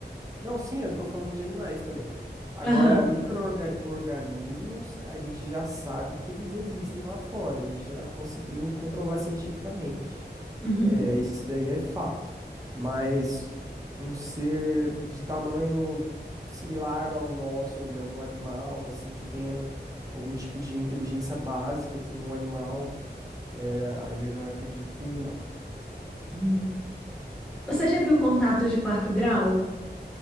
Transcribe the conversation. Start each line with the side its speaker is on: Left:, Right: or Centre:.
Right: Não, sim, eu tô falando de animais também. Agora,
Centre: Aham.
Right: micro-organismos, a gente já sabe que eles existem lá fora, a gente já conseguiu comprovar cientificamente.
Centre: Uhum.
Right: É, esse daí é fato. Mas um ser de tamanho similar ao nosso, ou de algum animal, assim, que tenha algum tipo de inteligência básica, que nem um animal, é, aí eu já acredito que não.
Centre: Uhum. Você já viu Contatos de Quarto Grau?